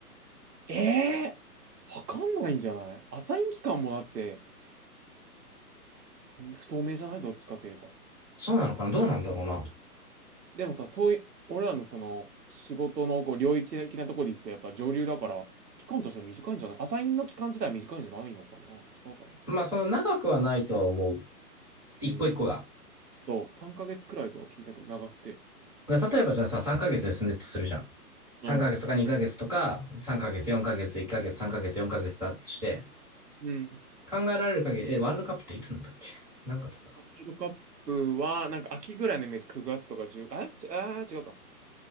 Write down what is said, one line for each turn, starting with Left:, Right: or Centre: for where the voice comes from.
Right: えー、わかんないんじゃないアサイン期間もだって不透明じゃないどっちかといえば。
Centre: そうなのかなどうなんだろうな。
Right: でもさ、そういう、俺らのその仕事のこう領域的なところで行くとやっぱ上流だから、期間としては短いんじゃないアサインの期間自体は短いんじゃないのかな違うかな
Centre: まあ、その長くはないと思う。一個一個が。
Right: うん、そう、そう、3ヶ月くらいとは聞いたけど、長くて。
Centre: だから例えばじゃあさ、3ヶ月で進んでいくとするじゃん。3ヶ月とか2ヶ月とか、
Right: うん。
Centre: 3ヶ月、4ヶ月、1ヶ月、3ヶ月、4ヶ月だとして、
Right: うん。
Centre: 考えられる限り、え、ワールドカップっていつなんだっけ何月だ
Right: ワールドカップは、なんか秋ぐらいのイメージ、9月とか1ああ、ち、あー、違うか。